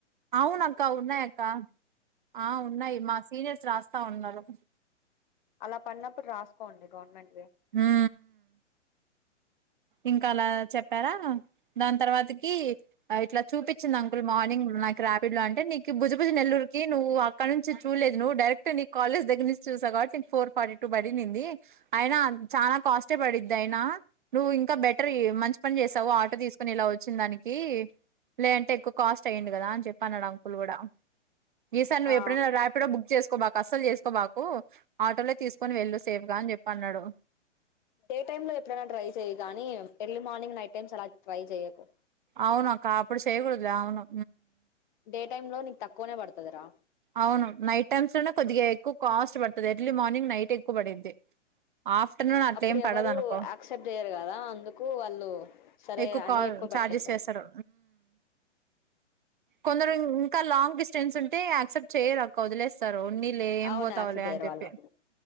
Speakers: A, on the right; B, on the left.
A: అవున అక్క ఉన్నాయి అక్క ఆ ఉన్నాయి మా సీనియర్స్ రాస్త్ తా ఉన్నారు
B: అలా పడినప్పుడు రాసుకోండి గవర్న్మెంట్
A: ఊ ఊ ఇంకా అలా చెప్పారా దాని తర్వాతకి ఆ ఇట్లా చూపిచ్చింది అంకుల్ మార్నింగ్ నాకి రా <unintelligible> ఫోర్ ఫార్టీ టూ పడినింది అయినా చాల కాస్టే పడిది అయినా నువ్వు ఇంకా బెటర్ మంచి పని చేసావు ఆటో తీసుకుని ఇలా వచ్చిన దానికి లేదంటే ఎక్కువ కాస్ట్ అయ్యిండు కదా అని చెప్ప అన్నాడు అంకుల్ కూడా ఈసారి నువ్వు
B: ఆ
A: ఎప్పుడైనా రాపిడో బుక్ చేసుకోబాక అస్సలు చేసుకోబాకు ఆటోలే తీసుకొని వెళ్ళు సేఫ్గా అని చెప్పి అన్నాడు
B: డే టైమ్ లో ఎప్పుడైనా ట్రై చెయ్ గానీ ఎర్లీ మార్నింగ్ నైట్ టైమ్స్ అలా ట్రై చెయ్యకు
A: అవును అక్క అప్పుడు చేయకూడదు లే అవును
B: <unintelligible> టైమ్ లో నీకు తక్కువనే పడుతదిరా
A: అవును నైట్ టైమ్స్ లోనే కొద్దిగ ఎక్కువ కాస్ట్ పడుతది ఎర్లీ మార్నింగ్ నైట్ ఎక్కువ పడింది ఆఫ్టర్నూన్ అట్ల
B: అప్పుడు
A: ఏం
B: ఎవరు
A: పడదు అనుకో
B: యాక్సెప్ట్ చేయరు కదా అందుకు వాళ్ళు సరే
A: ఎక్కువ
B: అని
A: కా చార్జెస్
B: పెట్టేస్తారు
A: వేస్తాడు కొందరు ఇంకా లాంగ్ లాంగ్ డిస్టెన్స్ ఉంటే యాసెప్ట్ చేయరు అక్క వదిలేస్తారు ఏం
B: అవును
A: పోతావలే
B: యాక్సెప్ట్ చేయరు
A: అని చెప్పి
B: వాళ్ళు